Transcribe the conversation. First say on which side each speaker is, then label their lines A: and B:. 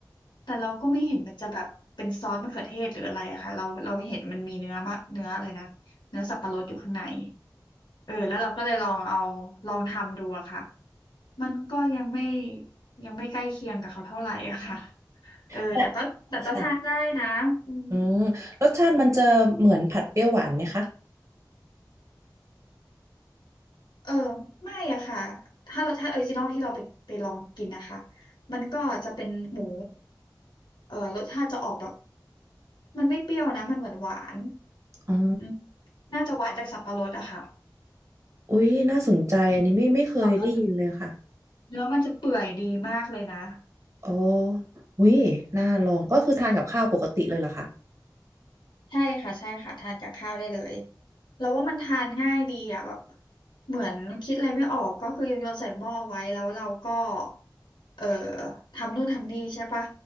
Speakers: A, on the left; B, on the right.
A: แต่เราก็ไม่เห็นมันจะแบบเป็นซอสมะเขือเทศหรืออะไรอะค่ะเราเราเห็นมันมีเนื้อมะเนื้ออะไรนะเนื้อสับปะรดอยู่ข้างในเออแล้วเราก็เลยลองเอาลองทำดูอะค่ะมันก็ยังไม่ยังไม่ใกล้เคียงกับเขาเท่าไหร่อะค่ะเออแต่ก็แต่ก็ทานได้นะอืม
B: แต่ค่ะอืมรสชาติมันจะเหมือนผัดเปรี้ยวหวานไหมคะ
A: เออไม่อะค่ะถ้าเราถ้าออริจินอลที่เราไปไปลองกินนะคะมันก็จะเป็นหมูเออรสชาติจะออกแบบมันไม่เปรี้ยวนะมันหวานหวาน
B: อ๋อ
A: อืมน่าจะหวานจากสับปะรดอะค่ะ
B: อุ๊ยน่าสนใจอันนี้ไม่ไม่เคยได้ยินเลยค่ะ
A: แต่ว่าเนื้อมันจะเปื่อยดีมากเลยนะ
B: อ๋ออุ๊ยน่าลองก็คือทานกับข้าวปกติเลยเหรอคะ
A: ใช่ค่ะใช่ค่ะทานกับข้าวได้เลยแล้วว่ามันทานง่ายดีอ่ะแบบเหมือนคิดอะไรไม่ออกก็คือโยนใส่หม้อไว้แล้วเราก็เอ่อทำนู่นทำนี่ใช่ปะ